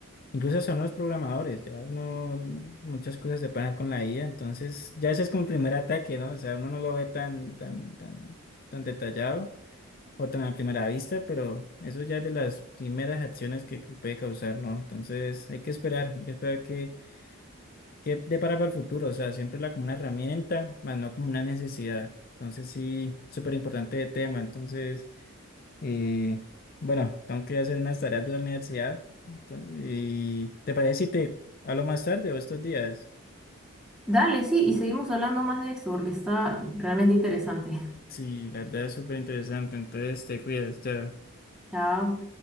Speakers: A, on the left; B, in the centre.
A: incluso son los programadores, ya uno, muchas cosas se pagan con la IA, entonces ya ese es como el primer ataque, ¿no? O sea, uno no lo ve tan, tan, tan, tan detallado o tan a primera vista, pero eso ya es de las primeras acciones que, que puede causar, ¿no? Entonces hay que esperar, hay que esperar que, que depara para el futuro, o sea, siempre la como una herramienta, más no como una necesidad. Entonces sí, súper importante el tema. Entonces, eh, bueno, tengo que hacer unas tareas de la universidad. Entonces, y ¿te parece si te hablo más tarde o estos días?
B: Dale, sí, y seguimos hablando más de esto porque está realmente interesante.
A: Sí, la verdad es súper interesante, entonces te cuidas, chao.
B: Chao.